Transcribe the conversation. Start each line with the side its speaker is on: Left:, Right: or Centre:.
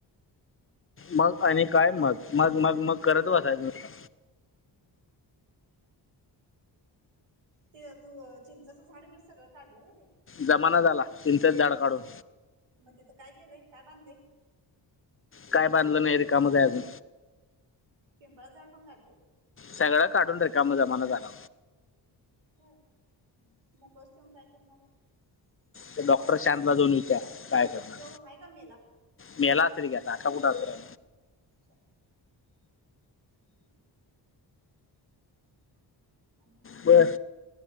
Left: मग आणि काय मग मग मग मग करत बसायचं नुसतं
Right: ते तू चिंचच झाड बिड सगळं काढलं व्हय रे.
Left: जमाना झाला चिचेंच झाड काढून.
Right: मग तिथं काय केलंय काय बांधलय.?
Left: काय बांधलं नाय रिकामच आहे अजून
Right: पिंपळाचं झाड पण काढलय.
Left: सगळं काढून रिकाम जमाना झाला.
Right: व्हय मोकळचं ठेवून काय करणार आहे.
Left: ते डॉक्टर शांत ला जाऊन विचार काय करणार,
Right: तो आहे का मेला
Left: मेला असल कि आ, आता कुठ असणा
Right: <unintelligible> हम्म आणि
Left: बरं